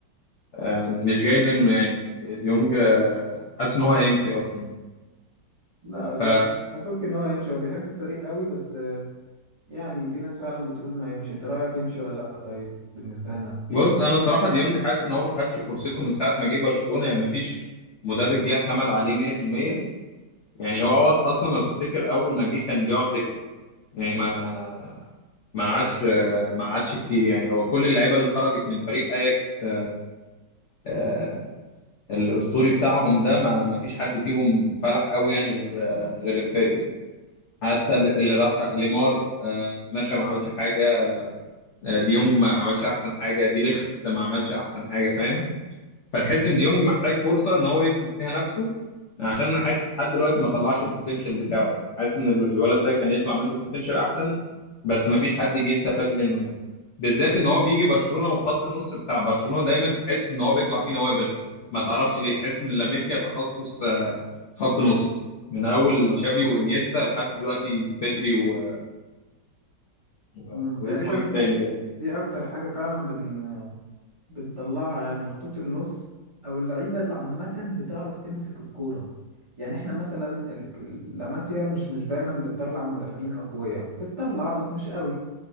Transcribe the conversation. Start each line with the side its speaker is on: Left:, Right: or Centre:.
Left: آه، مش جاي منه يعني ديونج آه، حاسس ان هو هيمشي اصلا
Right: لا
Left: ف
Right: ده انا اشك ان هو يمشي هو بيحب الفريق قوي بس آه، يعني في ناس فعلا بتقول انه هيمشي انت رايك يمشي ولا لا طيب بالنسبه لنا
Left: بص انا صراحه ديونج حاسس ان هو ما خدش فرصته من ساعه ما جه برشلونه يعني ما فيش مدرب جه اعتمد عليه 100% يعني هو أوص اصلا لو تفتكر اول ما جه كان بيقعد دكه يعني ما ما عادش ما عادش كتير يعني هو كل اللعيبه اللي خرجت من فريق اياكس آه، الاسطوري بتاعهم ده ما ما فيش حد فيهم فلح قوي يعني غير آه، غير امبابي حتى اللي اللي راح ليمار آه، مشى ما عملش حاجه آه، ديونج ما عملش احسن حاجه دي ليخت ما عملش احسن حاجه فاهم فتحس
Right: مم.
Left: ان ديونج محتاج فرصه ان هو يثبت فيها نفسه عشان انا حاسس لحد دلوقتي ما طلعش البوتنشال بتاعه يعني حاسس ان ال- الولد ده كان يطلع منه بوتنشال احسن بس ما فيش حد جه استفاد منه يعني بالذات ان هو بيجي برشلونه وخط النص بتاع برشلونه دايما تحس ان هو بيطلع فيه نوابغ ما تعرفش ليه تحس ان لاماسيا تخصص آه، خط نص من اول
Right: طب
Left: تشافي وانيستا لحد دلوقتي بيدري و... و...
Right: مم، تقريبا
Left: واسمه ايه التاني
Right: دي,
Left: ده
Right: دي اكتر حاجه فعلا بن بنطلعها يعني خطوط النص او اللعيبه اللي عامه بتعرف تمسك الكوره يعني احنا مثلا ال- ال- لاماسيا مش مش دايما بتطلع مدافعين اقوياء بتطلع بس مش قوي